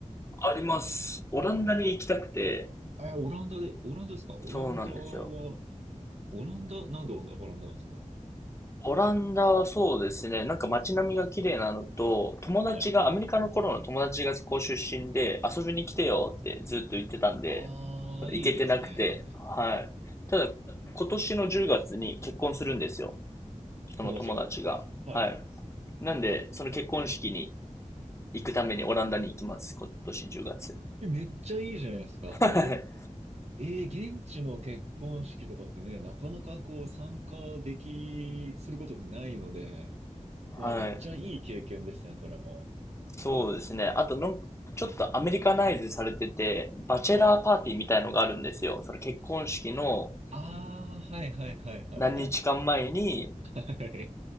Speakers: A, on the left (about 20°); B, on the right (about 55°).
A: あります。オランダに行きたくて、
B: え、オランダで、オランダですかオランダは、
A: そうなんですよ。
B: オランダ、なんでオランダオランダなんですか
A: オランダはそうですね、なんか街並みが綺麗なのと、友達が、
B: はい。
A: アメリカの頃の友達がそこ出身で、遊びに来てよってずっと言ってたんで、
B: ああ、
A: 行けてなくて、
B: いいですね。はい。
A: はい。ただ、今年の10月に結婚するんですよ。その友達が。
B: 友達が。はい。
A: はい。なんで、その結婚式に行くためにオランダに行きます。今年10月。
B: え、めっちゃいいじゃないですか。
A: <laughs> はい。
B: え、えー現地の結婚式とかってね、なかなかこう参加でき、することってないので、
A: はい。
B: うわ、めっちゃいい経験ですね、それも。
A: そうですね。あとの、ちょっとアメリカナイズされてて、バチェラーパーティーみたいのがあるんですよ。
B: はい。
A: その結婚式の、
B: ああ、はいはいはいはいはい。
A: 何日間前に、
B: はい。